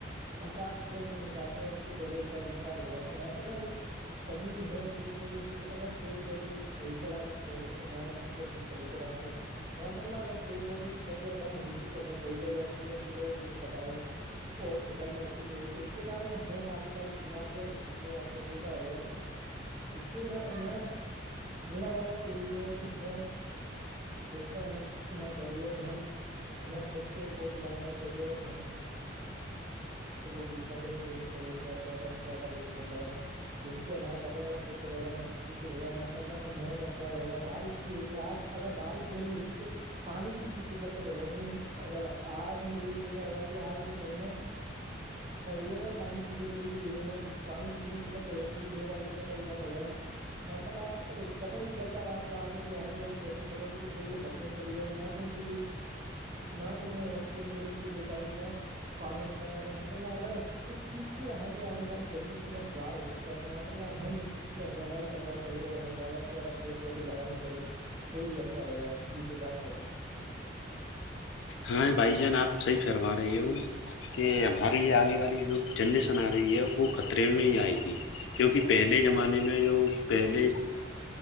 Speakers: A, on the right (about 35°); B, on the left (about 75°).
A: پچاس پلس نہیں ہو پاتے ہیں اس سے پہلے ان کا انتقال ہو جاتا ہے ماشا اللہ کمی ہے پیڑ پودوں کی اگر پیڑ پودے صحیح سلامت رہے جیسے مو ج صحیح سلامت ہے ماشاء اللہ اگر پیڑ پودوں کینکھیا کم ہوگی تو ہمیں کئی جگہ آکسیجن لینے بھی دقت آئے اور بشن محسوس ہوگی پھر اس کےارن ہم کافی ساری بیماریاں بھی نک ہیں فا ہوگا اس سے میں میں میرا ماننا تو یہی ہے کہ ہمیں خود سے عمل کرنا چاہیے اور ہم ہمیں خود پیڑ پودے لگانے چاہیے اور ہم کو بھی سنجش دینی چاہیے کہ آپ زیادہ سے زیادہ ریٹ ف لگائیں جس سے ہمارا پریاور شھ رہ گا نہ پردوشت ہوگا ماشاء اللہ موسم اچھا رہےا بارش بھی ہوگی آج اگر بارش نہیں ہوگی تو پانی کی بھی قلتیں بڑیں گی اگر آپ نے یہی دیکھا ہوا کہ آج کے س میں صحی ج ہے پانی پینے کے لیے لینے ہے پانی کتنے قت ہو رہ ہے کیکہ لو آج اتنے پریشان ہو رہے ہیں ماسا سر اس قدر ہی چلتا رہا تو آے جو آنے والی جنریشن ہے وہ تو بالکل ختر نہیں چلی گیاپ کے لیے نہ تو انہیں آکسیجن لینے کے لیے مل پائے گی نہ پانی مل پائے گا تو ماشاء اللہ اگر اس چیز سے یہاں کے آنے والی زمین کا سھار ہو سکتا ہے تو ماشا اللہ ہم اس چیز پہ ہمیں عمل کرنا چاہیے اور ہمیں زیادہ سے زیادہ پیڑ پودے لگانےاہے تو ہی اچھا رہے گا جی کچھ آپ فرمائیں
B: ہاں بھائی جان آپ سحی فرما رہے ہو کہ ہماری آگنے والی جو جنریسن آ رہی ہے وہ خطرے میں ہی آئے گی کیونکہ پہلے زمانے میں جو پہلے